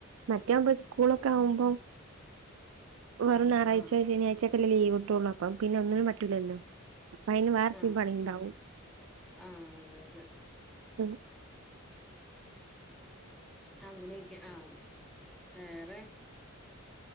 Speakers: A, on the right; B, in the centre.
A: മറ്റാവുമ്പോ സ്കൂളൊക്കെ ആവുമ്പോ വെറും
B: ആഹ്
A: ഞാറാഴ്ച
B: ആഹ്
A: ശനിയാഴ്ചൊക്കെ ലീവ്ട്ടൊള്ളു അപ്പൊ പിന്നെ ഒന്നിനും പറ്റൂലല്ലോ പ്പയ്ന് വേറെത്തെ
B: ആഹ്
A: പണിണ്ടാകും
B: ആഹ് അതെ അതെ
A: ഉം
B: അങ്ങനെയൊക്കെ ആ വേറെ